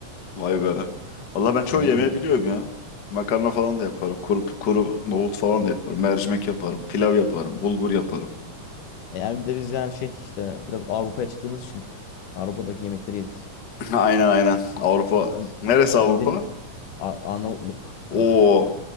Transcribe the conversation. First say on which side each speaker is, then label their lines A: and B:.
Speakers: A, on the left; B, on the left.
A: Vay be. Valla ben çoğu
B: Yanında.
A: yemeği biliyorum ya. Makarna falan da yaparım. Kuru, kuru nohut falan da yaparım. Mercimek yaparım. Pilav yaparım. Bulgur yaparım.
B: Yani bir de biz yani şey işte biraz Avrupa'ya çıktığımız için Avrupa'daki yemekleri yedik.
A: <clears throat> <laughs> Aynen aynen. Avrupa.
B: Sen
A: Neresi
B: sen
A: Avrupa?
B: bir dedim Ar- Arnavutluk
A: Oo
B: tarafı.